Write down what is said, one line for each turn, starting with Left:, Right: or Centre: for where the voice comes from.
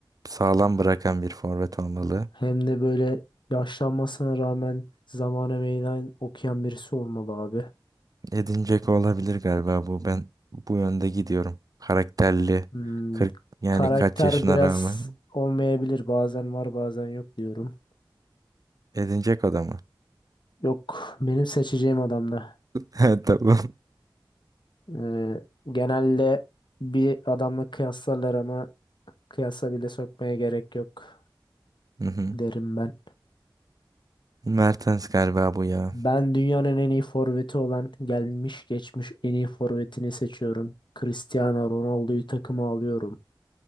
Right: sağlam bırakan bir forvet olmalı.
Left: Hem de böyle yaşlanmasına rağmen zamana meydan okuyan birisi olmalı abi.
Right: Edin olabilir galiba bu. Ben bu yönde gidiyorum. Karakterli.
Left: Hmm,
Right: 40 yani
Left: karakter
Right: kaç yaşına
Left: biraz
Right: rağmen.
Left: olmayabilir. Bazen var bazen yok diyorum.
Right: Edin Dzeko da mı? <laughs>
Left: Yok benim seçeceğim adamla.
Right: Ha, Tamam.
Left: Ee, genelde bir adamla kıyaslarlar ama kıyasa bile sokmaya gerek yok
Right: Hı hı.
Left: derim ben.
Right: Mertens galiba bu ya.
Left: Ben dünyanın en iyi forveti olan gelmiş geçmiş en iyi forvetini seçiyorum. Cristiano Ronaldo'yu takıma alıyorum.